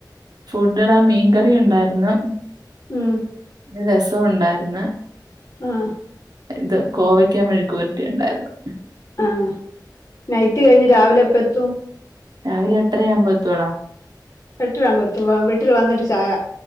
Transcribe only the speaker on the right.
ഫുഡെടാ മീൻകറിയുണ്ടായിര്ന്ന്
പിന്നെ രസൊണ്ടാരുന്ന്
ഇത് കോവയ്ക്കാ മെഴുക്കുവരട്ടിയുണ്ടായിരുന്ന്
രാവിലെ എട്ടരയാവുമ്പോ എത്തുടാ